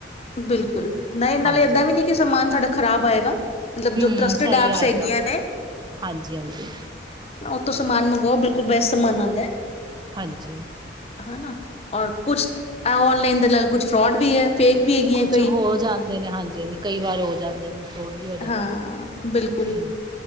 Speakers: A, on the left; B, on the right.
A: ਬਿਲਕੁਲ ਨਹੀਂ ਇਹ ਨਾਲੇ
B: ਹਾਂਜੀ
A: ਏਦਾਂ ਵੀ ਨਹੀਂੀ ਕਿ ਸਮਾਨ ਸਾਡਾ ਖ਼ਰਾਬ ਆਏਗਾ ਮਤਲਬ
B: ਹਮ
A: ਜੋ ਟਰਸਟਡ
B: ਸਹੀ
A: ਐਪਸ
B: ਆਏਗਾ
A: ਹੈਗੀਆਂ ਨੇ
B: ਹਾਂਜੀ ਹਾਂਜੀ
A: ਉਥੋਂ ਸਮਾਨ ਮੰਗਵਾਓ ਬਿਲਕੁਲ ਬੇਸਟ ਸਮਾਨ ਆਉਂਦਾ ਹੈ
B: ਹਾਂਜੀ
A: ਹਨਾ ਔਰ ਕੁਛ ਔਨਲਾਈਨ ਦੇ ਨਾਲ ਕੁਛ ਫਰੋਡ ਵੀ ਹੈ ਫੇਕ ਹੈਗੀਆਂ
B: ਕੁਛ
A: ਕਈ
B: ਹੋ ਜਾਂਦੇ ਨੇ ਹਾਂਜੀ ਹਾਂਜੀ ਕਈ ਵਾਰ ਹੋ ਜਾਂਦੇ ਨੇ ਫਰੋਡ ਵੀ ਹੋ ਜਾਂਦੇ
A: ਹਾਂ
B: ਨੇ
A: ਬਿਲਕੁਲ
B: ਹਮ